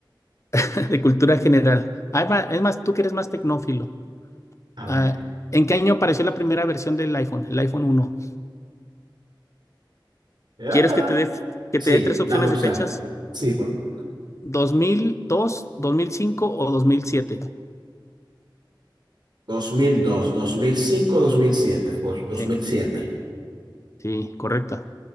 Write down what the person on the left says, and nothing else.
<laughs> De cultura general. Ah, es más, es más, tú que eres más tecnófilo.
Ah, ¿en qué año apareció la primera versión del iPhone, el iPhone uno.
¿Quieres que te dé que
te dé tres
opciones
de fechas?
dos mil dos dos mil mil cinco o dos mil siete
Sí,
sí, correcta.